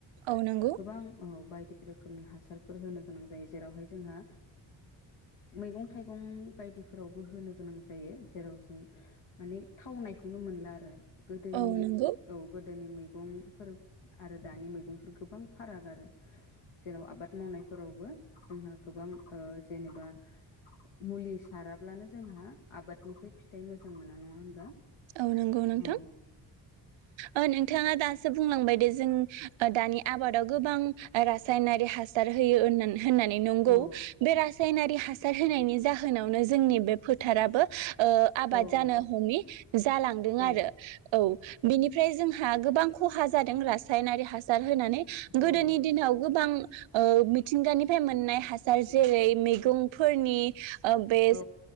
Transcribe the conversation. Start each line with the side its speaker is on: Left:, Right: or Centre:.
Right: औ नंगौ
Left: गोबां औ बायदि बायदि रोखोमनि हासारफोर होनो गोनां जायो जेरावहाय जोंहा मैगं थाइगं बायदिफोरावबो होनो गोनां जायो जेराव जों माने थावनायखौनो मोनला आरो गोदोनि
Right: औ नंगौ
Left: औ गोदो गोदोनि मैगंफोर आरो दानि मैगंफोर गोबां फाराग आरो जेराव आबाद मावनायफोरावबो जोंहा गोबां ओ जेनेबा मुलि साराब्लानो जोंहा आफादनिफ्राय फिथाइ मोजां मोना नङा होनबा
Right: औ नंगौ नोंथां
Left: औ
Right: औ नोंथाङा दासो बुंलांबाय दे जों दानि आबादाव गोबां रासायनारि हासार होयो होननानै होननानै नंगौ
Left: औ
Right: बे रासायनारि हासार सार होनायनि जाहो होनावनो जोंनि बे फोथाराबो ओ आबाद
Left: औ
Right: जानो
Left: औ
Right: हमि जालांदों
Left: औ
Right: आरो औ बिनिफ्राय जोंहा गोबां खहा जादों रास सायनारि हासार होनानै
Left: औ
Right: गोदोनि
Left: नंगौ
Right: दिनाव गोबां ओ मिथिंगानि फ्राय मोननाय हास जार जैरै मैगं फोरनि ओ बे
Left: औ